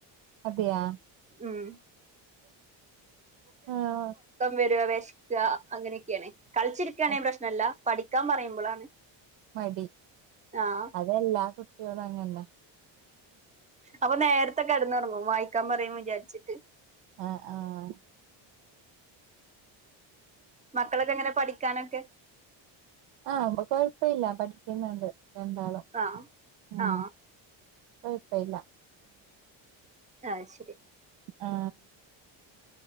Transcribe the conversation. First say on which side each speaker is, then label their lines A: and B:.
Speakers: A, on the right; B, on the right.
A: അതെയാ
B: ഉം
A: ആഹ്
B: വര വെശക്ക അങ്ങനെയൊക്കെയാണേയ് കളിച്ചിരിക്കയാണെ
A: അത്
B: പ്രശ്നല്ല പഠിക്കാൻ പറയുമ്പളാണ്
A: മടി
B: ആഹ്
A: അതെല്ലാ കുട്ടികളും അങ്ങന്നെ
B: അപ്പൊ നേരത്തെ കെടന്നുറങ്ങും വായിക്കാംപറയും വിചാര്ച്ചിട്ട്
A: ആ ആ
B: മക്കളൊക്കെ എങ്ങനെ പഠിക്കാനൊക്കെ
A: ആ കൊഴപ്പയില്ല പഠിക്കുന്നുണ്ട് രണ്ടാളും
B: ആഹ്
A: ഉം
B: ആഹ്
A: കൊഴപ്പില്ല
B: ആ ശരി
A: ആ